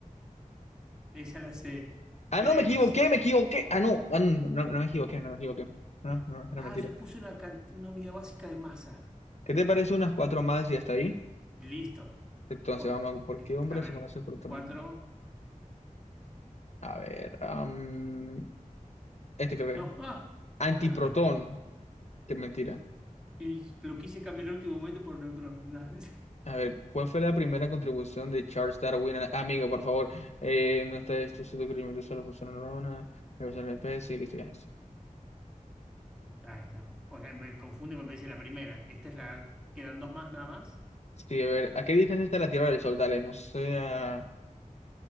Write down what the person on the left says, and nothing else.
Ah,
no, me equivoqué,
me equivoqué. Ah, no, ah, no, no, no me equivoqué,
no me equivoqué. No, no, era mentira.
¿Qué te parece unas cuatro más y hasta ahí?
Entonces,
vamos a... ¿Por
qué hombre
se conoce protón?
A ver, am, este creo que
es.
Antiprotón.
Qué mentira.
A ver, ¿cuál fue la primera contribución de Charles Darwin? a- Amigo, por favor. Eh, no está esto, su descubrimiento solo funciona neurona, reversa la especie, listo, ya.
Sí, a ver, ¿a qué distancia está la Tierra del Sol? Dale, no sea...